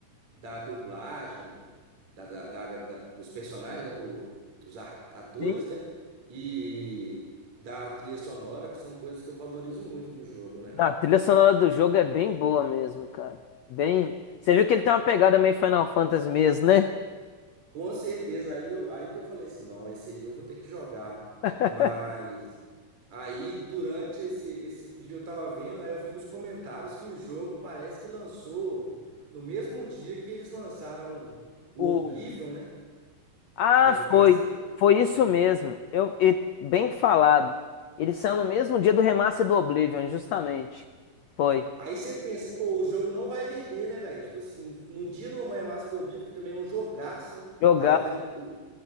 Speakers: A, on the right; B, on the left.
A: da dublagem, da, da- da- da- dos personagens, né? do- dos ar- atores,
B: Sim.
A: né? E da trilha sonora, que são coisas que eu valorizo muito no jogo, né?
B: A trilha sonora do jogo é bem boa mesmo, cara. Bem. Você viu que ele tem uma pegada meio Final Fantasy mesmo, né?
A: Com certeza, aí, eu, aí que eu falei assim, não, esse aí eu vou ter que jogar.
B: <laughs>
A: Mas. Aí, durante esse, esse vídeo eu tava vendo, aí eu vi nos comentários que o jogo parece que lançou no mesmo dia que eles lançaram o
B: O...
A: Oblivion, né?
B: Ah,
A: O Remaster
B: foi.
A: do Oblivion.
B: Foi isso mesmo. Eu... e- Bem falado. Ele saiu no mesmo dia do remaster do Oblivion, justamente. Foi.
A: Aí você pensa, pô, o jogo não vai vender, né, velho? Tipo assim, no dia do remaster do Oblivion, que também é um jogaço, né?
B: Jogar.
A: Tava vendo o,